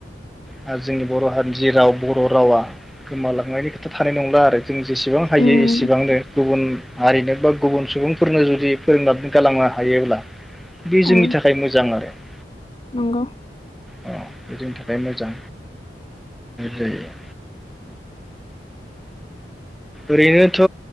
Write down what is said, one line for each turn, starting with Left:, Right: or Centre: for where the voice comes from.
Centre: आरो जोंनि बर' हारिनि जि राव बर' रावा गोमालांनायनि खोथा थानाय नंला आरो। जों जेसेबां हायो
Left: उम
Centre: एसेबांनो गुबुन हारिनो बा गुबुन सुबुंफो फोरनो जुदि फोरोंनानै गालांनो हायोब्ला बे जोंनि
Left: औ
Centre: थाखाय मोजां आरो ।
Left: नंगौ
Centre: बेजोंनि थाखाय मोजां जायो ओरैनोथ'